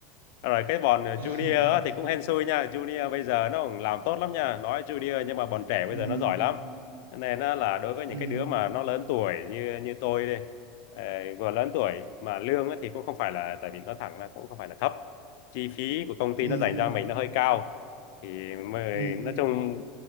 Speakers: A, on the left; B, on the right.
A: rồi cái bọn Junior
B: <laughs>
A: á, thì cũng hên xui nha Junior bây giờ nó cũng làm tốt lắm nha nói Junior nhưng mà bọn trẻ
B: ừ
A: bây giờ nó giỏi lắm Cho nên á, là đối với
B: ừ
A: những cái đứa mà nó lớn tuổi như như tôi đi ờ, vừa lớn tuổi mà lương á thì cũng không phải là tại vì nó thẳng là cũng không phải là thấp chi phí của công ty
B: ừ
A: nó dành cho mình nó hơi cao thì mới,
B: ừ
A: nói chung